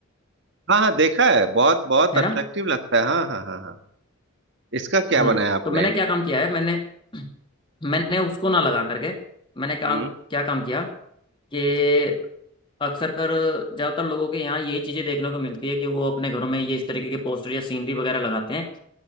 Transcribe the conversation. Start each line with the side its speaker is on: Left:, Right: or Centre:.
Right: हाँ हाँ देखा है बहुत बहुत
Left: है
Right: अट्रैक्टिव
Left: ना
Right: लगता है हाँ हाँ हाँ हाँ इसका क्या
Left: हम्म
Right: बनाया आपने
Left: तो मैंने क्या काम किया है मैंने मैंने उसको ना लगा करके मैंने काम
Right: हम्म
Left: क्या काम किया कि अक्सर कर ज़्यादातर लोगों के यहाँ यही चीज़ें देखने को मिलती है कि वो अपने घरों में ये इस तरीके के पोस्टर या सीनरी वगैरह लगाते हैं